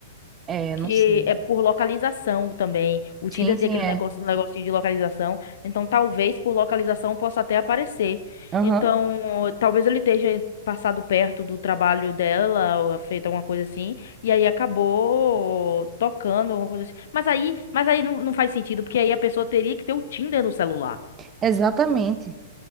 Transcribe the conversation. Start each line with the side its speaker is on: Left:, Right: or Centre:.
Right: É, não
Left: que
Right: sei.
Left: é por localização também. O
Right: Sim,
Left: Tinder
Right: sim,
Left: tem aquele
Right: é.
Left: negócio, um negocinho de localização, então talvez por localização possa até aparecer.
Right: Aham.
Left: Então, talvez ele esteja passado perto do trabalho dela, ou feito alguma coisa assim, e aí acabou tocando alguma coisa assim. Mas aí, mas aí não, não faz sentido, porque aí a pessoa teria que ter o Tinder no celular.
Right: Exatamente.